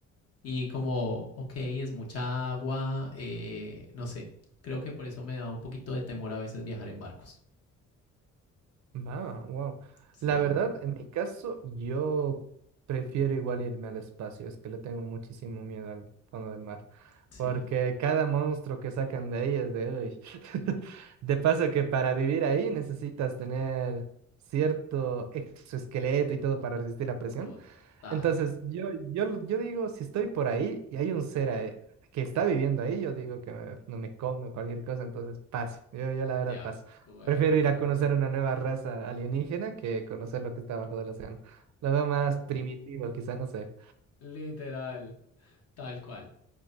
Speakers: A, on the left; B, on the right.
A: y como, ok, es mucha agua, eh, no sé, creo que por eso me da un poquito de temor a veces viajar en barcos.
B: Va, wow.
A: Sí,
B: La verdad, en mi caso, yo prefiero igual irme al espacio, es que le tengo muchísimo miedo al fondo del mar,
A: sí,
B: porque cada monstruo que sacan de ahí es de hoy. <laughs> De paso que para vivir ahí necesitas tener cierto exoesqueleto y todo para resistir la presión.
A: total,
B: Entonces, yo, yo, yo digo, si estoy por ahí y hay un ser ahí- que está viviendo ahí, yo digo que me- no me come o cualquier cosa, entonces paso. Yo, yo la
A: de
B: verdad
A: acuerdo,
B: paso. Prefiero ir a conocer una nueva raza alienígena que conocer lo que está abajo del océano. Lo veo más primitivo, quizá, no sé.
A: literal, tal cual.